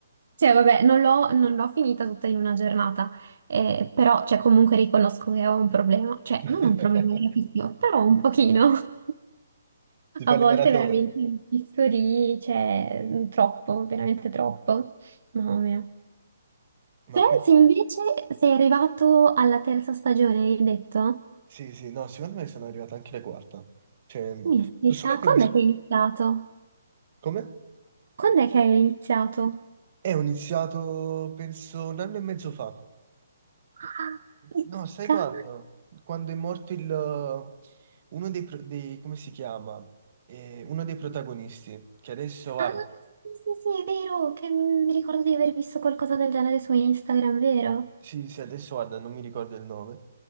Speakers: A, on the right (about 65°); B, on the right (about 45°).
A: Cioè, vabbè, non l'ho non l'ho finita tutta in una giornata, eh, però cioè, comunque riconosco che ho un problema, cioè
B: <laughs>
A: non un problema gravissimo, però un pochino. <laughs>
B: Ti
A: A
B: fai
A: volte
B: le maratone.
A: veramente mi fisso lì, cioè, troppo, veramente troppo. Mamma mia.
B: Ma
A: Friends
B: quindi,
A: invece sei arrivato alla terza stagione, hai detto?
B: sì, sì, no, secondo me sono arrivato anche alla quarta. Cioè,
A: Mistica,
B: so solo che
A: quando
B: ho visto...
A: è che hai iniziato?
B: Come?
A: Quando è che hai iniziato?
B: Eh, ho iniziato, penso, un anno e mezzo fa.
A: Ah, Pizzica.
B: No, sai quando? Quando è morto il, uh, uno dei, pro- dei- come si chiama? Eh, uno dei protagonisti, che adesso guarda,
A: Ah, sì, sì, sì, è vero, che mi ricordo di aver visto qualcosa del genere su Instagram, vero?
B: sì, sì, adesso guarda, non mi ricordo il nome.